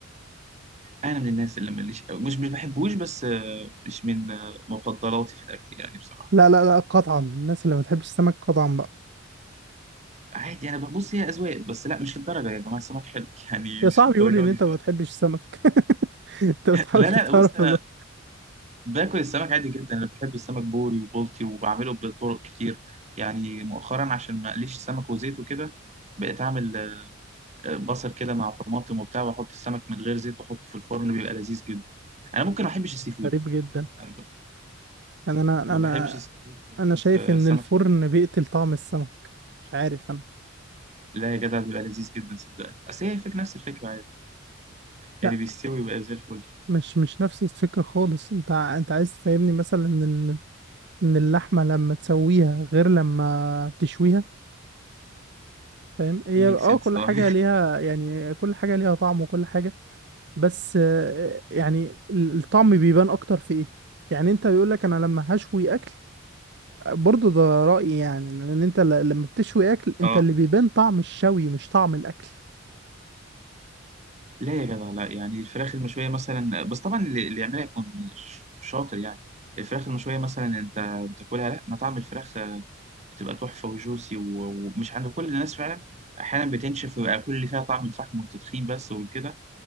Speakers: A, on the right (about 35°); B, on the right (about 60°).
A: انا من الناس اللي ماليش أوي. مش مش بحبوش بس آه، مش من آه، مفضلاتي في الاكل يعني بصراحه
B: لا لا لا قطعا الناس اللي ما بتحبش السمك قطعا بقى
A: عادي انا ببص هي اذواق بس لا مش للدرجه يا جماعه السمك حلو <laughs> يعني
B: يا
A: مش
B: صاحبي
A: للدرجه
B: يقول ان انت
A: دي ف...
B: ما بتحبش السمك <laughs> انت
A: <laughs>
B: بتحاول
A: لا
B: تتعرف
A: لا بص انا
B: ده
A: باكل السمك عادي جدا انا بحب السمك بوري وبلطي وبعمله بطرق كتير يعني مؤخرا عشان ما اقليش السمك وزيت وكده بقيت اعمل آه، آه، بصل كده مع طماطم وبتاع واحط السمك من غير زيت واحطه في الفرن بيبقى لذيذ جدا انا ممكن ما احبش السي فود
B: غريب جدا
A: أنا ب-
B: يعني انا انا
A: ما بحبش السي فود
B: انا
A: بس
B: شايف
A: آه،
B: ان
A: السمك
B: الفرن
A: حلو
B: بيقتل طعم السمك مش عارف انا
A: لا يا جدع بيبقى لذيذ جدا صدقني اصل هي الفكره نفس الفكره عادي يعني
B: لا
A: بيستوي ويبقى زي الفل
B: مش مش نفس الفكرة خالص انت ع- انت عايز تفهمني مثلا ان ان اللحمة لما تسويها غير لما بتشويها فاهم هي
A: ميك
B: اه
A: سنس
B: كل
A: اه
B: حاجة ليها يعني كل حاجة ليها طعم وكل حاجة بس آه، يعني ال- الطعم بيبان اكتر في ايه يعني انت بيقولك انا لما هشوي اكل برضو ده رأيي يعني ان انت ل- لما بتشوي
A: <laughs>
B: اكل انت
A: اه
B: اللي بيبان طعم الشوي مش طعم الاكل
A: لا يا جدع لا يعني الفراخ المشويه مثلا بس طبعا اللي اللي يعملها يكون ش- شاطر يعني الفراخ المشويه مثلا انت بتاكلها لا مطعم الفراخ آه، بتبقى تحفه وجوسي و- ومش عند كل الناس فعلا احيانا بتنشف ويبقى كل اللي فيها طعم الفحم والتدخين بس وكده